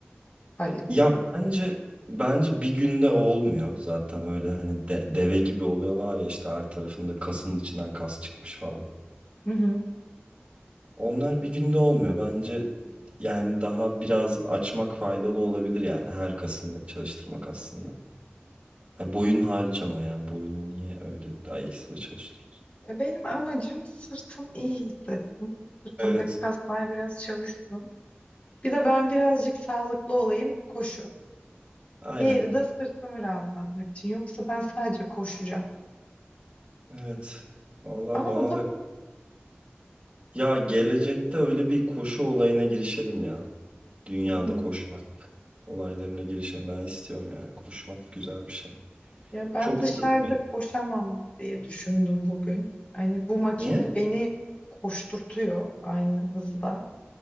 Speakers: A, on the left; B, on the right.
A: hayır.
B: Ya bence bence bir günde olmuyor zaten öyle hani de- deve gibi oluyorlar ya işte her tarafında kasın içinden kas çıkmış falan.
A: Hı hı.
B: Onlar bir günde olmuyor bence yani daha biraz açmak faydalı olabilir yani her kasını çalıştırmak aslında. Ha, boyun hariç ama yani boyunu niye öyle daha ekstra çalıştırıyorsun?
A: Ya benim amacım sırtım iyi hissetsin. Sırtımdaki
B: Evet
A: kaslar biraz çalışsın. Bir de ben birazcık sağlıklı olayım koşu.
B: aynen
A: Diğeri de sırtımı rahatlatmak için. Yoksa ben sadece koşacağım.
B: evet Vallahi
A: Ama
B: bana
A: o da
B: da Ya gelecekte öyle bir koşu olayına girişelim ya. Dünyada
A: hı.
B: koşmak olaylarına girişelim. Ben istiyorum yani. Koşmak güzel bir şey.
A: Ya ben
B: Çok
A: dışarıda
B: yorucu.
A: koşamam diye düşündüm bugün. Hani bu makine
B: Niye?
A: beni koşturtuyor aynı hızda